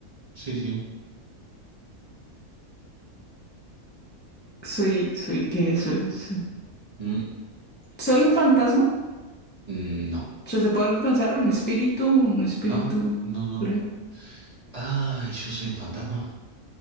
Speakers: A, on the right; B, on the left.
A: sí, sí.
B: Soy, soy, ¿qué soy? Soy,
A: Mm,
B: soy un fantasma.
A: mm, no,
B: O ¿se puede alcanzar un espíritu? ¿Un espíritu?
A: no, no, no.
B: por ahí?
A: Ay, yo soy un fantasma.